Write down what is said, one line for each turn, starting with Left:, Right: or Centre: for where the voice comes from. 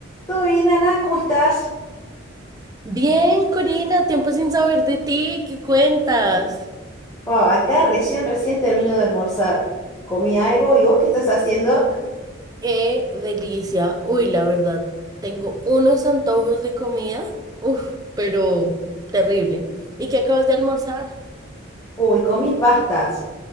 Left: ¿Todo bien, Ana? ¿Cómo estás?
Right: Bien, Corina, tiempo sin saber de ti, ¿qué cuentas?
Left: Wow, acá recién, recién termino de almorzar. Comí algo, ¿y vos qué estás haciendo?
Right: ¡Qué delicia! Uy, la verdad, tengo unos antojos de comida, uf, pero terrible. ¿Y qué acabas de almorzar?
Left: Uy, comí pastas.